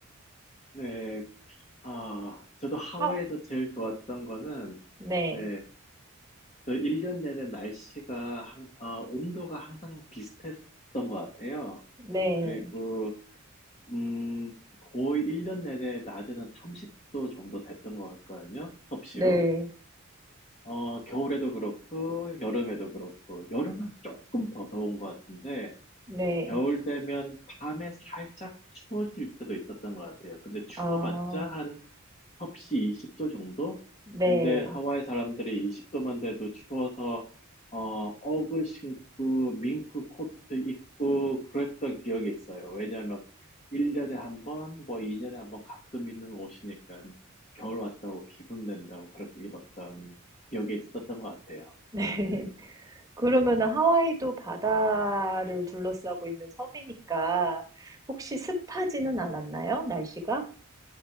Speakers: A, on the left; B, on the right.
A: 네, 아, 저도 하와이에서
B: 아,
A: 제일 좋았던 거는,
B: 네,
A: 네, 저 1년 내내 날씨가, 항- 아, 온도가 항상 비슷했던 것 같아요.
B: 네,
A: 그리고, 음, 거의 1년 내내 낮에는 30도 정도 됐던 것 같거든요. 섭씨로.
B: 네,
A: 어, 겨울에도 그렇고, 여름에도 그렇고, 여름은 조금 더 더운 것 같은데,
B: 네,
A: 겨울 되면 밤에 살짝 추워질 때도 있었던 것 같아요. 근데 추워봤자
B: 아,
A: 한 섭씨 20도 정도?
B: 네.
A: 근데 하와이 사람들이 20도만 돼도 추워서 어, 어그 신고 밍크 코트 입고 그랬던 기억이 있어요. 왜냐하면 1년에 한 번, 뭐 2년에 한번 가끔 입는 옷이니까 겨울 왔다고 기분 낸다고 그렇게 입었던 기억이 있었던 것 같아요.
B: 네.
A: 사람들이.
B: <laughs> 그러면은 하와이도 바다를 둘러싸고 있는 섬이니까 혹시 습하지는 않았나요? 날씨가?